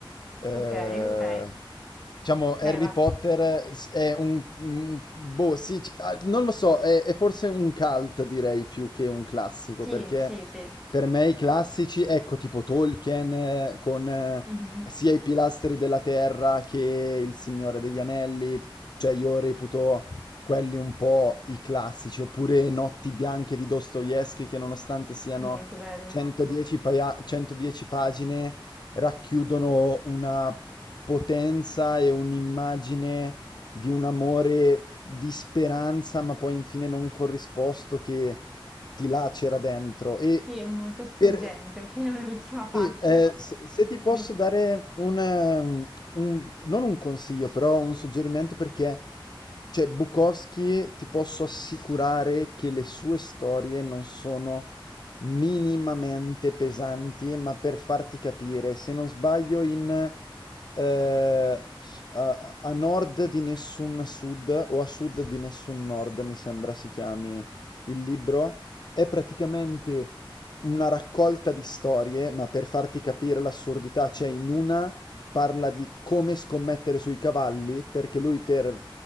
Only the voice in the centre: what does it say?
ok, ok.
Beh, va.
Sì,
sì, sì.
Mhm,
Molto bello.
Sì, è molto struggente
<laughs> fino all'ultima
pagina.
<laughs>
Decisivo.